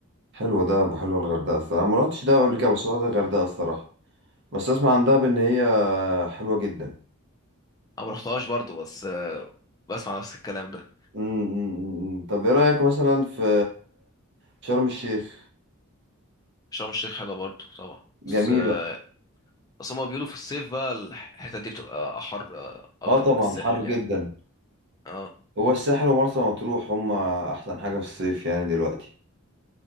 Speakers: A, on the right; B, on the left.
A: حلوه دهب وحلوه الغردقه الصراحه ما رحتش دهب قبل كده بس رحت الغردقه الصراحه بس اسمع عن دهب ان هي حلوه جدا
B: انا مرحتهاش برضو بس آه، بسمع نفس الكلام ده
A: مم، مم، مم. طب ايه رأيك مثلا في شرم الشيخ
B: شرم الشيخ حلوة برضو طبعا
A: جميلة
B: بس آه، بس هما بيقولوا في الصيف بقى الحتة دي بتبقى أحر آه، أكتر
A: اه طبعا
B: من الساحل
A: حر جدا
B: يعني اه
A: هو الساحل ومرسى مطروح هما احسن حاجة في الصيف يعني دلوقتي